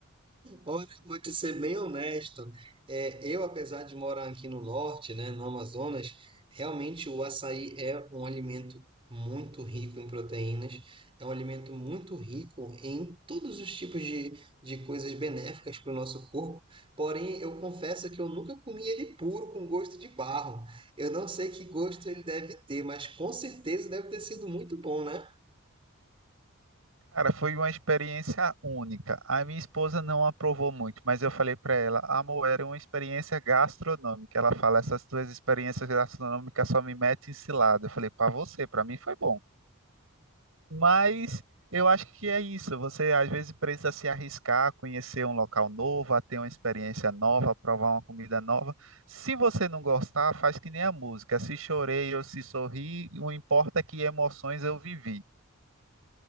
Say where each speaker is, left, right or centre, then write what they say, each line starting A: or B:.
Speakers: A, on the right (about 25°); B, on the right (about 75°).
A: Olha, eu vou te ser bem honesto. É, eu, apesar de morar aqui no norte, né, no Amazonas, realmente o açaí é um alimento muito rico em proteínas, é um alimento muito rico em todos os tipos de, de coisas benéficas para o nosso corpo. Porém, eu confesso que eu nunca comi ele puro com gosto de barro. Eu não sei que gosto ele deve ter, mas com certeza deve ter sido muito bom, né?
B: Cara, foi uma experiência única. A minha esposa não aprovou muito, mas eu falei para ela, amor, era uma experiência gastronômica. Ela fala, essas tuas experiências gastronômicas só me metem em cilada. Eu falei, para você, para mim foi bom. Mas eu acho que é isso. Você às vezes precisa se arriscar, conhecer um local novo, a ter uma experiência nova, provar uma comida nova. Se você não gostar, faz que nem a música. Se chorei ou se sorri, o importa é que emoções eu vivi.